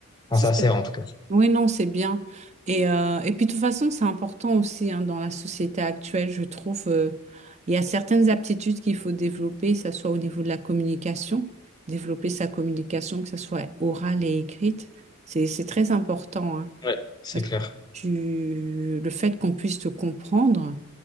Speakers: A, on the left; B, on the right.
A: enfin
B: Ça,
A: ça
B: c'est-
A: sert en tout cas
B: Oui, non, c'est bien. Et, euh, et puis, de toute façon, c'est important aussi hein, dans la société actuelle, je trouve. euh, il y a certaines aptitudes qu'il faut développer, que ce soit au niveau de la communication, développer sa communication, que ce soit orale et écrite. C'est, c'est très important. hein.
A: ouais c'est
B: Parce
A: clair
B: que tu, le fait qu'on puisse te comprendre